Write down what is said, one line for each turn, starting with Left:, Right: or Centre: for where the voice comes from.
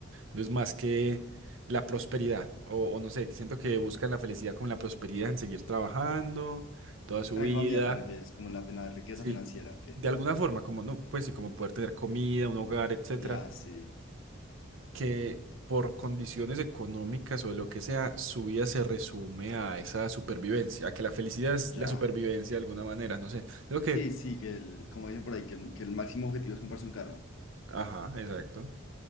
Right: no es más que la prosperidad, o, o no sé, siento que buscan la felicidad con la prosperidad en seguir trabajando toda su
Left: En
Right: vida,
Left: la economía te refieres, como en la, fina- riqueza
Right: sí,
Left: financiera, ok.
Right: de alguna forma, como no, pues sí, como poder tener comida, un hogar, etcétera
Left: Ya, sí,
Right: que por condiciones económicas o de lo que sea, su vida se resume a esa supervivencia, a que la felicidad es
Left: ya.
Right: la supervivencia de alguna manera, no sé. Creo que,
Left: Sí, sí, que el, como dicen por ahí, que el, que el máximo objetivo es comprarse un carro.
Right: ajá, exacto.